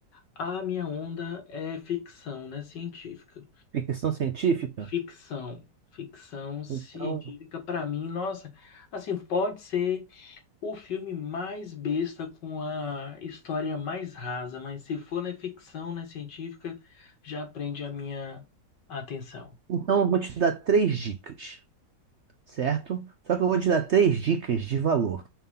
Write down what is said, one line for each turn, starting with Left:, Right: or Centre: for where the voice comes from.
Left: a minha onda é ficção, né, científica.
Right: Ficção científica?
Left: Ficção. Ficção científica,
Right: Então,
Left: pra mim, nossa, assim, pode ser o filme mais besta com a história mais rasa, mas se for na ficção, na científica, já prende a minha atenção.
Right: então eu vou te dar três dicas. certo? Só que eu vou te dar três dicas de valor.